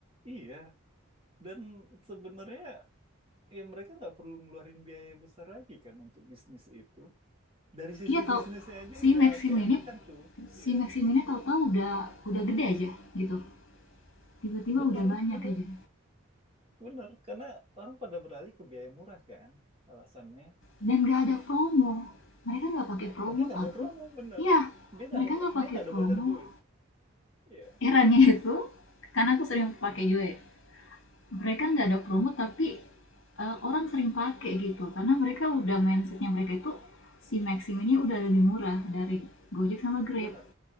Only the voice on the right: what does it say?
iya dan sebenarnya ya mereka nggak perlu ngeluarin biaya besar lagi kan untuk bisnis itu dari sisi
bisnisnya aja
udah
keenakan
tuh iya
bener
bener
Bener, karena orang pada beralih ke biaya murah kan alasannya.
Tapi nggak
ada promo, bener.
Dia nggak
ada
ba-
dia nggak
ada bakar duit. Iya.
Mhm,
mhm.
Bener,